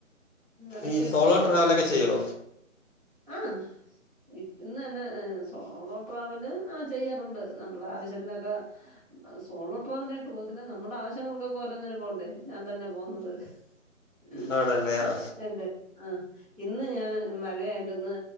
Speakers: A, in the centre; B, on the left.
A: എടക്ക്
B: ഈ
A: വെച്ച്
B: സോളോ ട്രാവലൊക്കെ ചെയ്യോ?
A: ആഹ് ഇന്ന്തന്നെ സോളോ ട്രാവല് ആ ചെയ്യാറുണ്ട് നമ്മളെ ആവശ്യത്തിനൊക്കെ. സോളോ ട്രാവല ആയിട്ട് പോകത്തില്ല നമ്മുടെ ആവശ്യങ്ങൾക്കൊക്കെഓരോന്നിന് പോകണ്ടേ ഞാൻ തന്നെ പോകുന്നത്. <unintelligible>
B: ആണല്ലേ ആ
A: ആ ഇന്ന് ഞാൻ മഴയാ ടെന്ന്